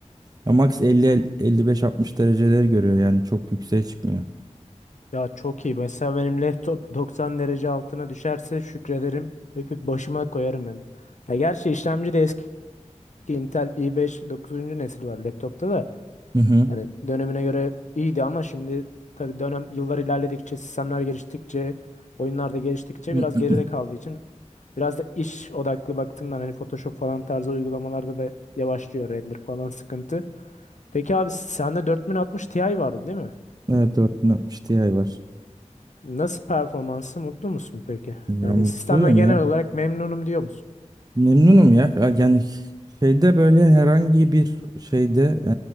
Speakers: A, on the right; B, on the left.
A: Ya max elli elli beş altmış dereceleri görüyor yani çok yükseğe çıkmıyor.
B: ya çok iyi. Mesela benim laptop <laughs> 90 derece altına düşerse şükrederim. Öpüp başıma koyarım yani. Ya gerçi işlemci de eski Intel i5 9. nesil var laptopta da.
A: Hı hı.
B: Yani dönemine göre iyiydi ama şimdi tabii dönem yıllar ilerledikçe, sistemler geliştikçe, oyunlar da geliştikçe
A: <clears throat>
B: biraz geride kaldığı için biraz da iş odaklı baktığımdan hani Photoshop falan tarzı uygulamalarda da yavaşlıyor render falan sıkıntı. Peki abi sende 4060 Ti vardı değil mi?
A: Evet 4060 Ti var.
B: Nasıl performansı mutlu musun peki?
A: Ya
B: Yani
A: mutluyum
B: sistemden genel
A: ya.
B: olarak memnunum diyor musun?
A: Memnunum ya. Ya Yani şeyde böyle herhangi bir şeyde e,